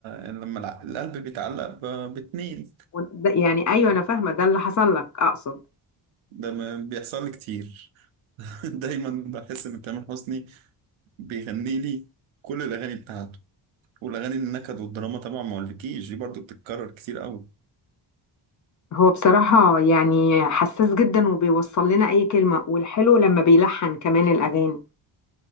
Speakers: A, on the right (about 75°); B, on the left (about 40°).
A: يعني لما الع- القلب بيتعلق ب- باتنين
B: وده- يعني ايوه انا فاهمه ده اللي حصل لك اقصد
A: ده ما بيحصل لي كتير <laughs> دايما بحس ان تامر حسني بيغني لي كل الاغاني بتاعته والاغاني النكد والدراما طبعا ما اقولكيش دي برضو بتتكرر كتير قوي
B: هو بصراحه يعني حساس جدا وبيوصل لنا اي كلمه والحلو لما بيلحن كمان الاغاني